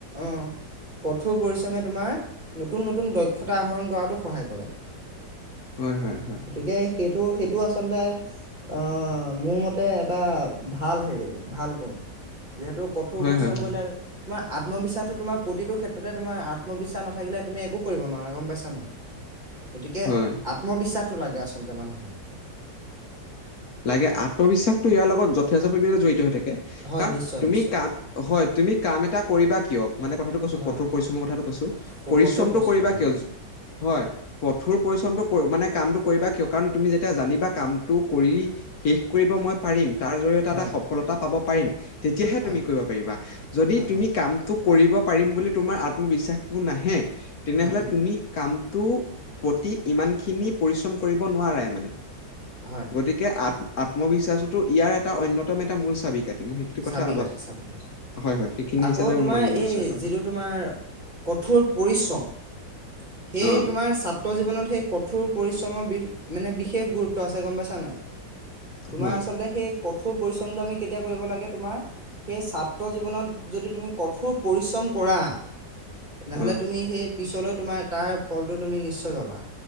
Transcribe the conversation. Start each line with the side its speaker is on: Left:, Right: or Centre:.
Right: অঁ কঠোৰ পৰিশ্ৰমে তোমাৰ নতুন নতুন দক্ষতা আহৰণ কৰাতো সহায় কৰে।
Left: হয়, হয়, হয়।
Right: গতিকে সেইটো সেইটো আচলতে অ, মোৰ মতে এটা ভাল হেৰি ভাল গুণ। যিহেতু কঠোৰ
Left: হয়,
Right: পৰিশ্ৰম
Left: হয়, হয়,
Right: কৰিলে তোমাৰ আত্মবিশ্বাসটো তোমাৰ প্ৰতিটো ক্ষেত্ৰতে তোমাৰ আত্মবিশ্বাস না থাকিলে তুমি একো কৰিব নোৱাৰা গম পাইছা নাই গতিকে
Left: হয়।
Right: আত্মবিশ্বাসটো লাগে আচলতে মানুহক
Left: লাগে
Right: অ',
Left: আত্মবিশ্বাসটো ইয়াৰ লগত যথেষ্ট পৰিমাণে জড়িত হৈ থাকে।
Right: হয়
Left: কাৰণ
Right: নিশ্চয়
Left: তুমি
Right: নিশ্চয়
Left: কাম হয় তুমি কাম এটা কৰিবা কিয় মানে কথাটো কৈছোঁ
Right: হয়
Left: কঠোৰ পৰিশ্ৰমৰ কথাটো কৈছোঁ।
Right: প-
Left: পৰিশ্ৰমটো
Right: কঠোৰ পৰিশ্ৰমৰ
Left: কৰিবা
Right: কাৰণে
Left: কিয়?
Right: হয়।
Left: হয় কঠোৰ পৰিশ্ৰমটো মানে কামটো কৰিবা কিয় কাৰণ তুমি জানিবা কামটো কৰি শেষ কৰিব মই পাৰিম। তাৰ জৰিয়তে
Right: হয়
Left: এটা সফলতা পাব পাৰিম। তেতিয়াহে
Right: হয়
Left: তুমি কৰিব পাৰিবা। যদি
Right: হয়
Left: তুমি
Right: হয়
Left: কামটোক কৰিব পাৰিম বুলি তোমাৰ আত্মবিশ্বাসটো নাহে তেনেহলে
Right: উম উম
Left: তুমি কাম টো প্ৰতি ইমান খিনি পৰিশ্ৰম কৰিব নোৱাৰে মানে।
Right: হয়।
Left: গতিকে আত আত্মবিশ্বাসতো ইয়াৰ এটা অন্যতম এটা মূল চাবিকাঠি। মই সেইটো
Right: চাবি
Left: কথা
Right: কাঠি চাবি কাঠি
Left: হয় হয় সেইখিনি
Right: আকৌ
Left: হিচাপে
Right: তোমাৰ
Left: মই মানি লৈছো
Right: এই
Left: হয়।
Right: যিটো তোমাৰ কঠোৰ পৰিশ্ৰম সেই
Left: অ
Right: তোমাৰ ছাত্ৰ জীৱনত কঠোৰ পৰিশ্ৰমৰ মানে বিশেষ গুৰুত্ব আছে গম পাইছা নাই তোমাৰ
Left: হয়
Right: আচলতে সেই কঠোৰ পৰিশ্ৰমটো আমি কেতিয়া কৰিব লাগে। তোমাৰ সেই ছাত্ৰ জীৱনত যদি তুমি কঠোৰ পৰিশ্ৰম কৰা। তেনেহলে
Left: অ
Right: তুমি সেই পিছলৈ তোমাৰ তাৰ ফলটো তুমি নিশ্চয় পাবা।